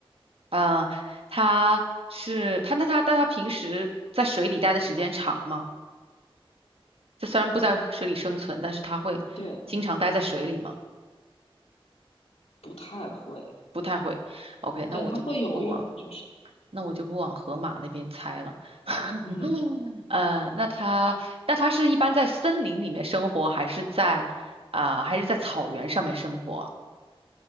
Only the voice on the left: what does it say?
对，不太会。
但它会游泳，就是
嗯